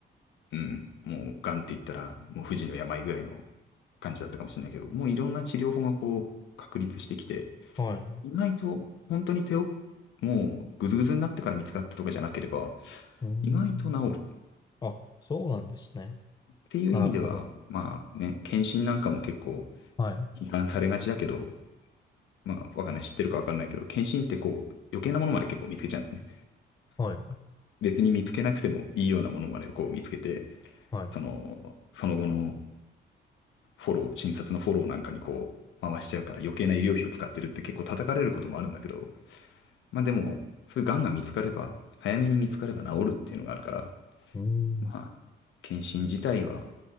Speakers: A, on the left; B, on the left.
A: うん、もう癌って言ったら、もう不治の病ぐらいの感じだったかもしれないけど、もういろんな治療法がこう、確立してきて、
B: はい。う
A: 意外と本当に手をもうグズグズになってから見つかったとかじゃなければ
B: ーん。
A: 意外と治るっ
B: あ、そうなんですね。
A: ていう意味ではまあね、
B: なるほど。
A: 検診なんかも結構
B: はい。
A: 批判されがちだけどまあわかんない知ってるかわかんないけど検診ってこう余計なものまで結構見つけちゃうんだね。
B: はい。
A: 別に見つけなくてもいいようなものまでこう見つけて
B: はい。
A: その、その後のフォロー、診察のフォローなんかにこう回しちゃうから余計な医療費を使ってるって結構叩かれることもあるんだけどまあでもそういう癌が見つかれば早めに見つかれば治るっていうのがあるから
B: うー
A: まあ、
B: ん。
A: 検診自体は